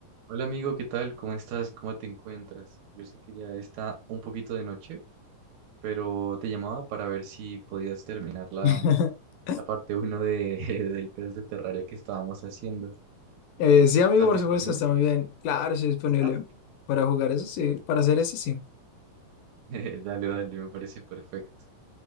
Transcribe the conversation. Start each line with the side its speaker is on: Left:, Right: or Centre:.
Right: Hola amigo, ¿qué tal? ¿Cómo estás? ¿Cómo te encuentras? Yo sé que ya está un poquito de noche, pero te llamaba para ver si podías terminar la,
Left: <laughs>
Right: la parte uno de, <laughs> del test de Terraria que estábamos haciendo.
Left: Eh, sí, amigo,
Right: ¿Estás
Left: por
Right: disponible?
Left: supuesto, está muy bien. Claro, estoy disponible
Right: Ah,
Left: para jugar eso, sí, para hacer eso, sí.
Right: <laughs> dale, dale, me parece perfecto.